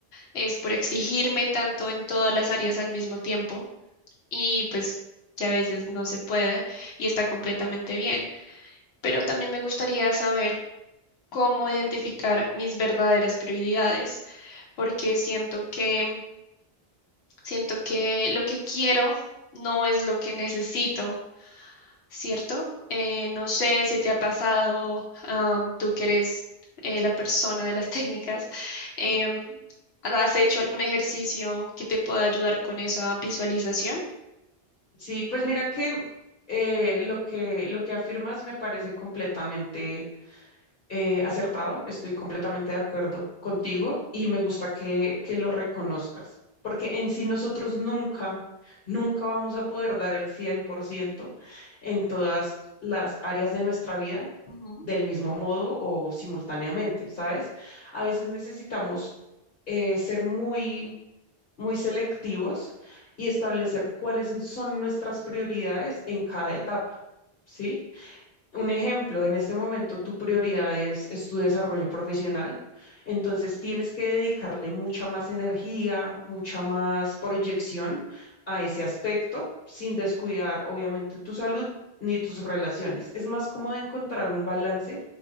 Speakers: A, on the left; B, on the left.
A: es por exigirme tanto en todas las áreas al mismo tiempo y pues que a veces no se puede y está completamente bien. Pero también me gustaría saber cómo identificar mis verdaderas prioridades, porque siento que siento que lo que quiero no es lo que necesito, ¿cierto? Eh, no sé si te ha pasado, am, tú que eres eh, la persona de las <laughs> técnicas, em, ¿has hecho algún ejercicio que te pueda ayudar con esa visualización?
B: Sí, pues mira que eh, lo que, lo que afirmas me parece completamente eh, acertado, estoy completamente de acuerdo contigo y me gusta que, que lo reconozcas, porque en sí nosotros nunca, nunca vamos a poder dar el 100% en todas las áreas de nuestra vida
A: Ujú.
B: del mismo modo o simultáneamente, ¿sabes? A veces necesitamos eh, ser muy, muy selectivos y establecer cuáles son nuestras prioridades en cada etapa, ¿sí? Un ejemplo, en este momento tu prioridad es, es tu desarrollo profesional, entonces tienes que dedicarle mucha más energía, mucha más proyección a ese aspecto, sin descuidar obviamente tu salud ni tus relaciones. Es más cómodo encontrar un balance,